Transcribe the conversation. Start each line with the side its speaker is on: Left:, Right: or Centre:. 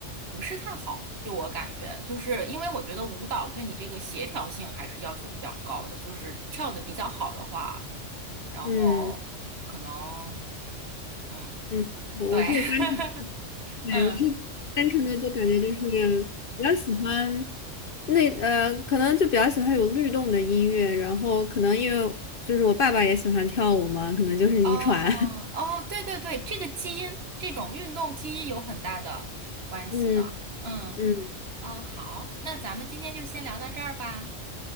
Right: 不是太好，就我感觉，就是因为我觉得舞蹈对你这个协调性还是要求比较高的，就是跳的比较好的话，然后可能，
Left: 嗯
Right: 嗯，
Left: 嗯，我我是单纯的，
Right: 对，<laughs>
Left: 对，
Right: 嗯，
Left: 我是单纯的就感觉就是比较喜欢那呃，可能就比较喜欢有律动的音乐，然后可能因为就是我爸爸也喜欢跳舞嘛，可能就是遗传。
Right: 哦，
Left: <laughs>
Right: 哦，对对对，这个基因，这种运动基因有很大的关系的，
Left: 嗯
Right: 嗯，
Left: 嗯，
Right: 哦，好，那咱们今天就先聊到这儿吧，